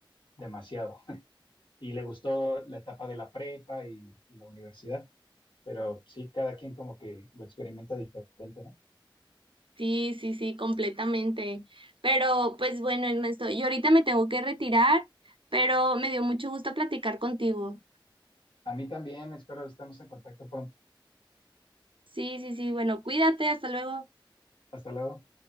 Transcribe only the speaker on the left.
demasiado y le gustó la etapa de la prepa y y la universidad. pero sí, cada quien como que lo experimenta diferente, ¿no?
A mí también, espero estemos en contacto pronto.
Hasta luego.